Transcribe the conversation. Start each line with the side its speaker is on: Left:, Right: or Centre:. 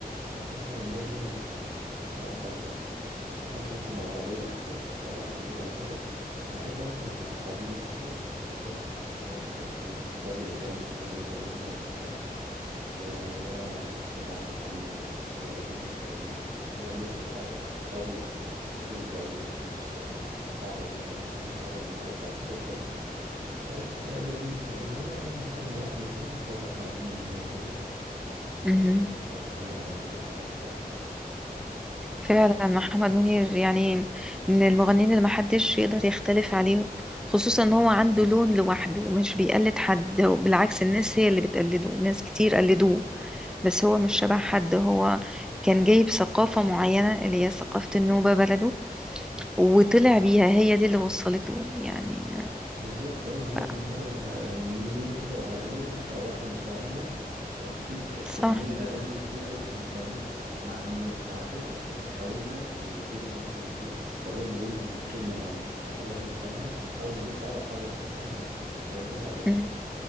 Right: ببقى مثلا نازل آه، ب- ب- بتمشى مثلا بالعربية في في الشوارع بالليل ولا حاجة بحب أسمع قديم أكتر بحب اللي هو بحس ده بيرجعني شوية لزمان خالص بقى آه، اللي هو بحب عبد الحليم بيبقى الدنيا كده إيه فيها نسمة هوا فاضية مفيش زعيق مفيش آه، حر مثلا مفيش حاجة من الحاجات بتاعت الصبح دي فبتبقى لذيذة لكن لو أنا قاعد مثلا لوحدي وكده بحب أسمع محمد منير جدا
Centre: ايوه
Right: آه، ليه أغاني كده بحبها أوي.
Centre: فعلا محمد منير يعني من المغنيين اللي محدش يقدر يختلف عليه خصوصا ان هو عنده لون لوحده ومش بيقلد حد وبالعكس الناس هي اللي بتقلده ناس كتير قلدوه بس هو مش شبه حد هو كان جايب ثقافة معينة اللي هي ثقافة النوبة بلده وطلع بيها هي دي اللي وصلته يعني
Right: بالظبط اه هو
Centre: ف...
Right: كان طالع يعني ليه لون كده واغانيه حتى واحنا مش فاهمينها في ك-
Centre: صح
Right: كميه اغاني كتير قوي احنا مش فاهمينها مع ان مع كده يعني حاولنا وجبنا مثلا ايه لو هو بيقول كلمه معينه احنا برضو مش فاهمينها فبنحاول نجيب اقرب حاجه ليها هنا ونقولها زيه
Centre: مم.